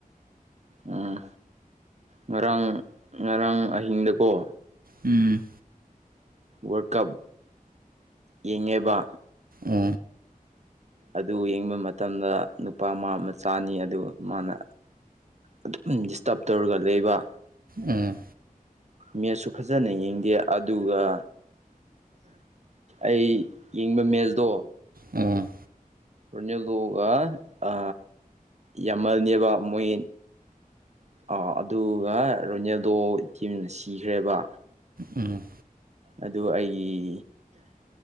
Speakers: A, on the right; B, on the right.
A: ꯎꯝ ꯉꯔꯥꯡ ꯉꯔꯥꯡ ꯑꯍꯤꯡꯗꯀꯣ
B: ꯎꯝ
A: ꯋꯥꯔꯜ ꯀꯞ ꯌꯦꯡꯉꯦꯕ
B: ꯑ
A: ꯑꯗꯨ ꯌꯦꯡꯕ ꯃꯇꯝꯗ ꯅꯨꯄꯥ ꯑꯃ ꯃꯆꯥꯅꯤ ꯑꯗꯨ ꯃꯥꯅ ꯑꯗꯨꯝ ꯗꯤꯁꯇꯔꯕ ꯇꯧꯔꯒ ꯂꯩꯕ
B: ꯎꯝ
A: ꯃꯦꯠꯁꯨ ꯐꯖꯅ ꯌꯦꯡꯗꯦ ꯑꯗꯨꯒ ꯑꯩ ꯌꯦꯡꯕ ꯃꯦꯜꯗꯣ
B: ꯑꯝ
A: ꯔꯣꯅꯥꯜꯗꯣꯒ ꯑ ꯌꯥꯝꯃꯜꯅꯦꯕ ꯃꯣꯏ ꯑ ꯑꯗꯨꯒ ꯔꯣꯅꯦꯜꯗꯣ ꯇꯤꯝ ꯁꯤꯈ꯭ꯔꯦꯕ
B: ꯎꯝ
A: ꯑꯗꯨ ꯑꯩꯒꯤ